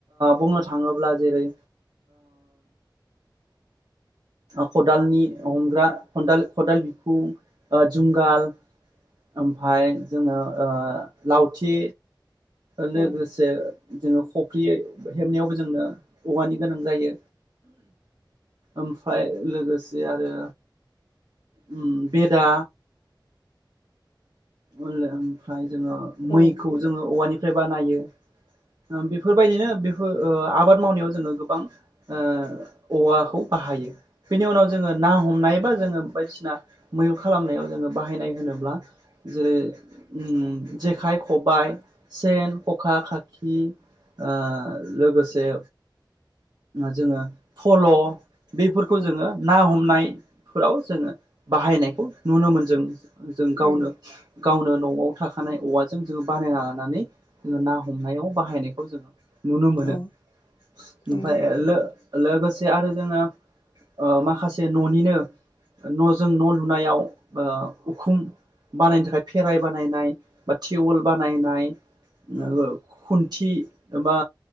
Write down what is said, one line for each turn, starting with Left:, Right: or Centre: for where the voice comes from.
Right: बुंनो थाङोब्ला जेरै खदालनि हमग्रा खाल खदाल बिखुं जुंगाल ओमफाय जोङो लावथि लोगोसे
Left: औ
Right: जोङो खफ्रि हेबनायावबो जोंनो औवानि गोनां जायो। ओमफ्राय लोगोसे आरो उम बेदा ओलो ओमफ्राय जोङो मैखौ
Left: औ
Right: जोङो औवानिफ्राय बानायो ओ बेफोरबायदिनो बेफोर ओ आबाद मावनायाव जोङो गोबां ओ औवाखौ बाहायो। बेनि उनाव जोङो ना हमनाय बा जोङो बायदिसिना मैहुर खालामनायाव जोङो बाहायनाय होनोब्ला जेरै उम जेखाइ खबाइ सेन खखा खाखि आ लोगोसे जोङो फल बेफोरखौ
Left: औ
Right: जोङो ना हमनायफोराव जोङो बाहायनायखौ नुनो मोनजों जों
Left: औ
Right: गावनो गावनो नआव थाखानाय औवाजों जोङो बानायना लानानै जोङो ना हमनायाव बाहायनायखौ जोङो नुनो मोनो।
Left: औ नंगौ
Right: ओमफाय ओ लो -लोगोसे आरो जोङो माखासे ननिनो नजों न लुनायाव ओ उखुम बानायनो थाखाय फेराइ बानायनाय बा टिउवल बानायनाय ओ
Left: औ
Right: लो खुन्थि एबा